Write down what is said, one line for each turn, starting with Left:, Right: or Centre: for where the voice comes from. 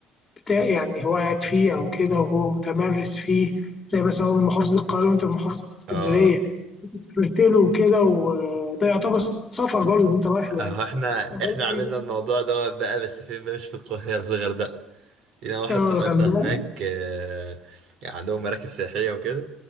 Left: بتاع يعني هو قاعد فيه أو كده وهو متمرس فيه زي مثلا هو من محافظة القاهرة وأنت من محافظة اسكندرية
Right: اه
Left: سافرت له وكده وده يعتبر سفر برضه إن أنت رايح
Right: آه،
Left: ل-
Right: احنا
Left: رايح
Right: احنا عملنا
Left: حاجة
Right: الموضوع ده بقى بس فين بقى مش في القاهرة في الغردقة لينا واحد
Left: اه
Right: صاحبنا
Left: الغردقة
Right: هناك آه، يعني عندهم مراكب سياحية وكده